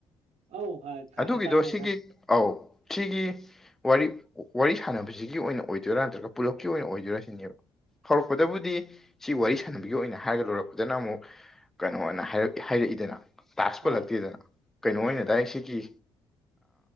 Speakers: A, on the right (about 65°); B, in the centre.
A: ꯑꯧ ꯑ ꯈ-
B: ꯑꯗꯨꯒꯤꯗꯣ
A: ꯑ ꯇꯥꯏ
B: ꯁꯤꯒꯤ
A: ꯈꯥꯏ
B: ꯑꯥꯎ ꯁꯤꯒꯤ ꯋꯥꯔꯤ ꯋꯥꯔꯤ ꯁꯥꯟꯅꯕꯖꯤꯒꯤ ꯑꯣꯏꯅ ꯑꯣꯏꯗꯣꯏꯔ ꯅꯠꯇ꯭ꯔꯒ ꯄꯨꯂꯞꯀꯤ ꯑꯣꯏꯅ ꯑꯣꯏꯗꯣꯏꯔ ꯁꯤꯅꯦꯕ ꯍꯧꯔꯛꯄꯗꯕꯨꯗꯤ ꯁꯤ ꯋꯥꯔꯤ ꯁꯥꯟꯅꯕꯒꯤ ꯑꯣꯏꯅ ꯍꯥꯏꯔꯒ ꯂꯣꯏꯔꯛꯄꯗꯅ ꯑꯃꯨꯛ ꯀꯩꯅꯣꯅ ꯍꯥꯏꯔꯛ ꯍꯥꯏꯔꯛꯏꯗꯅ ꯇꯥꯁ ꯄꯜꯂꯛꯇꯦꯗꯅ
A: ꯑꯥ
B: ꯀꯩꯅꯣ ꯑꯣꯏꯅ ꯗꯥꯏꯔꯦꯛ ꯁꯤꯒꯤ